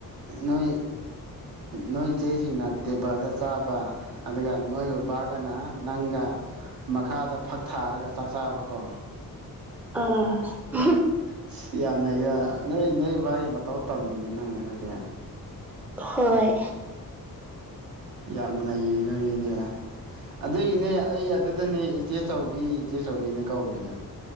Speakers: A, on the right (about 75°); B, in the centre.
A: ꯅꯣꯏ ꯅꯣꯏ ꯏꯆꯦꯁꯤꯡꯅ ꯇꯦꯕꯜꯗ ꯆꯥꯕ ꯑꯗꯨꯒ ꯅꯣꯏ ꯕꯕꯥꯒꯅ ꯅꯪꯒ ꯃꯈꯥꯗ ꯐꯛ ꯊꯥꯔꯒ ꯆꯥꯛ ꯆꯥꯕꯀꯣ
B: ꯑꯥ <unintelligible>
A: ꯑꯁ ꯌꯥꯝꯅ ꯅꯩꯌ ꯅꯣꯢ ꯅꯣꯏ ꯕꯥꯒꯤ ꯃꯇꯧ ꯇꯝꯃꯤꯅꯦ ꯅꯪ ꯑꯗꯨꯗꯤ
B: ꯍꯣꯏ
A: ꯌꯥꯝ ꯅꯩꯕ ꯃꯤꯅꯦ ꯑꯗꯨꯒꯤꯅꯦ ꯑꯩ ꯑꯗꯨꯗꯅꯦ ꯏꯆꯦ ꯆꯥꯎꯕꯤ ꯏꯆꯦꯆꯧꯕꯤꯅ ꯀꯧꯋꯤꯗꯣ